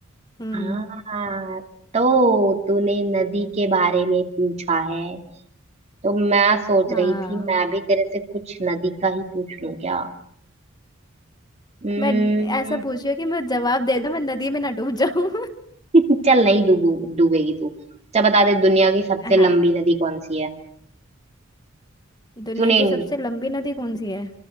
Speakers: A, on the left; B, on the right.
A: हम्म
B: हाँ तो तूने नदी के बारे में पूछा है तो मैं सोच
A: हाँ
B: रही थी मैं भी तेरे से कुछ नदी का ही पूछ लूं क्या हम्म
A: मैं ऐसा पूछ रही हूँ कि मैं जवाब दे दूँ मैं नदी में ना डूब जाऊं
B: <laughs> चल नहीं डूबू डूबेगी तू अच्छा बता दे दुनिया की सबसे
A: <laughs> हाँ
B: लंबी नदी कौन सी है
A: दुनिया
B: तूने
A: की सबसे लंबी नदी कौन सी है